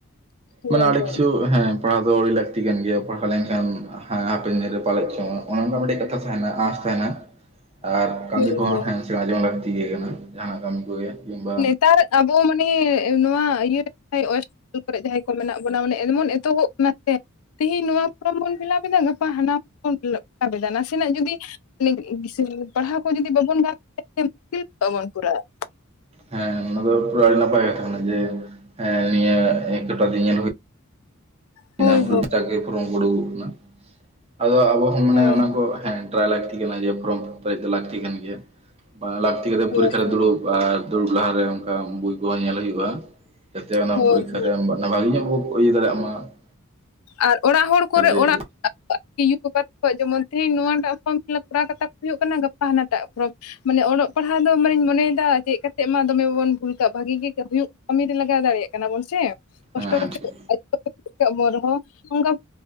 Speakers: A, on the left; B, on the right.
A: ᱦᱳᱭ
B: ᱢᱟᱱᱮ ᱟᱹᱰᱤ
A: ᱦᱳᱭ
B: ᱠᱤᱪᱷᱩ ᱦᱮᱸ ᱯᱟᱲᱦᱟᱣ ᱫᱚ, ᱟᱹᱰᱤ ᱞᱟᱹᱠᱛᱤ ᱠᱟᱱ ᱜᱮᱭᱟ, ᱯᱟᱲᱦᱟᱣ ᱞᱮᱱᱠᱷᱟᱱ ᱦᱮᱸ ᱦᱟᱯᱮᱱ ᱫᱤᱱ ᱨᱮ ᱯᱟᱞᱮᱡᱽ ᱪᱚᱝ, ᱚᱱᱮ ᱚᱱᱠᱟ ᱢᱤᱫᱴᱮᱡ ᱠᱟᱛᱷᱟ ᱛᱟᱦᱮᱱᱟ, ᱟᱸᱥ ᱛᱟᱦᱮᱱᱟ ᱾ ᱟᱨ ᱠᱟᱹᱢᱤ
A: ᱦᱳᱭ
B: ᱠᱚᱦᱚᱸ
A: ᱦᱳᱭ
B: ᱦᱮᱸ ᱥᱮᱬᱟ ᱡᱚᱝ ᱞᱟᱹᱠᱛᱤ ᱜᱮ ᱠᱟᱱᱟ, ᱡᱟᱦᱟᱱᱟᱜ ᱠᱟᱹᱢᱤ ᱠᱚᱜᱮ, ᱠᱤᱝᱵᱟ
A: ᱛᱟᱨ ᱟᱵᱚ ᱢᱟᱱᱮ ᱮᱸ ᱱᱚᱣᱟ ᱤᱭᱟᱹ <unintelligible> ᱚᱭᱮᱥᱴ ᱵᱮᱝᱜᱚᱞ ᱠᱚᱨᱮ, ᱡᱟᱦᱟᱸᱭ ᱠᱚ ᱢᱮᱱᱟᱜ ᱵᱚᱱᱟ, ᱢᱟᱱᱮ ᱮᱢᱚᱱ ᱮᱛᱚᱦᱚᱵ ᱠᱟᱱᱟ ᱥᱮ ᱛᱮᱦᱤᱧ ᱱᱚᱣᱟ ᱯᱷᱚᱨᱚᱢ ᱵᱚᱱ ᱯᱷᱤᱞᱟᱯ ᱮᱫᱟ, ᱜᱟᱯᱟ ᱦᱟᱱᱟ ᱵᱚᱱ ᱯᱷᱤᱞᱟᱯ ᱮᱫᱟ, ᱱᱟᱥᱮᱱᱟᱜᱽ ᱡᱩᱫᱤ <unintelligible> ᱯᱟᱲᱦᱟᱣ ᱠᱚ ᱡᱩᱫᱤ ᱵᱟᱵᱚᱱ ᱜᱟᱱ <unintelligible> ᱢᱩᱥᱠᱤᱞ ᱠᱚᱜᱽᱼᱟᱵᱚᱱ ᱯᱩᱨᱟ ᱾
B: ᱦᱮᱸ ᱚᱱᱟ ᱫᱚ ᱟᱹᱰᱤ ᱱᱟᱯᱟᱭ ᱠᱟᱛᱷᱟ ᱠᱟᱱᱟ ᱡᱮ, ᱦᱮᱸ ᱱᱤᱭᱟᱹ ᱮᱸ ᱠᱚᱴᱟ ᱫᱤᱱ ᱧᱮᱞ ᱦᱩᱭ <unintelligible>
A: ᱦᱳᱭ
B: <unintelligible> ᱴᱷᱤᱠ
A: ᱦᱳᱭ
B: ᱴᱷᱟᱠ ᱯᱷᱨᱚᱢ ᱩᱰᱩᱠᱚᱜ ᱠᱟᱱᱟ ᱟᱫᱚ ᱟᱵᱚ ᱦᱚᱸ ᱢᱟᱱᱮ
A: ᱦᱳᱭ
B: ᱚᱱᱟ ᱠᱚ ᱦᱮᱸ ᱴᱨᱟᱭ ᱞᱟᱹᱠᱛᱤ ᱠᱟᱱᱟ ᱡᱮ, ᱯᱷᱚᱨᱚᱢ ᱯᱨᱮᱡᱽ ᱫᱚ ᱞᱟᱹᱠᱛᱤ ᱠᱟᱱ ᱜᱮᱭᱟ, ᱵᱟᱝ ᱞᱟᱠᱛᱤ ᱠᱟᱛᱮ
A: ᱦᱳᱭ
B: ᱯᱚᱨᱤᱠᱷᱟ ᱨᱮ ᱫᱩᱲᱩᱵᱽ ᱟᱨ ᱫᱩᱲᱩᱵ ᱞᱟᱦᱟᱨᱮ ᱚᱱᱠᱟ ᱵᱳᱭ ᱠᱚᱦᱚᱸ ᱧᱮᱞ ᱦᱩᱭᱩᱜᱼᱟ, ᱡᱟᱛᱮ ᱚᱱᱟ
A: ᱦᱳᱭ
B: ᱯᱚᱨᱤᱠᱷᱟ
A: ᱦᱳᱭ
B: ᱨᱮᱢ ᱚᱱᱟ ᱵᱷᱟᱜᱤ ᱧᱚᱸᱜᱽ ᱵᱚ ᱤᱭᱟᱹ ᱫᱟᱲᱮᱭᱟᱜ ᱢᱟ <unintelligible>
A: ᱟᱨ ᱚᱲᱟᱜ ᱦᱚᱲ ᱠᱚᱨᱮ
B: ᱡᱟᱛᱮ
A: ᱚᱲᱟᱜ <unintelligible> ᱡᱮᱢᱚᱱ ᱛᱮᱦᱤᱧ <unintelligible> ᱱᱚᱣᱟ ᱢᱟᱜ ᱯᱷᱨᱚᱢ ᱯᱷᱤᱞᱟᱯ ᱠᱚᱨᱟᱣ ᱠᱟᱛᱟ ᱠᱚ ᱦᱩᱭᱩᱜ ᱠᱟᱱᱟ ᱜᱟᱯᱟ ᱦᱟᱱᱟᱴᱟᱜ ᱯᱨᱚᱢ ᱢᱟᱱᱮ ᱚᱞᱚᱜᱽ ᱯᱟᱲᱦᱟᱣ ᱫᱚ ᱢᱟᱱᱮᱧ ᱢᱚᱱᱮᱭᱮᱫᱟ ᱪᱮᱜ ᱠᱟᱛᱮᱫ ᱢᱟ, ᱫᱚᱢᱮᱵᱚᱱ ᱵᱷᱩᱞ ᱠᱟᱜᱽ ᱵᱷᱟᱹᱜᱤ ᱜᱮ ᱦᱩᱭᱩᱜᱽ ᱠᱟᱹᱢᱤ ᱨᱮ ᱞᱟᱜᱟᱣ ᱫᱟᱲᱮᱭᱟᱜ ᱠᱟᱱᱟ ᱵᱚᱱ ᱥᱮ ᱠᱚᱥᱴᱚ
B: ᱦᱮᱸ ᱦᱮᱸ
A: ᱠᱟᱛᱮ
B: ᱴᱷᱤᱠ
A: <unintelligible> ᱵᱚᱱ ᱨᱮᱦᱚᱸ ᱚᱱᱠᱟ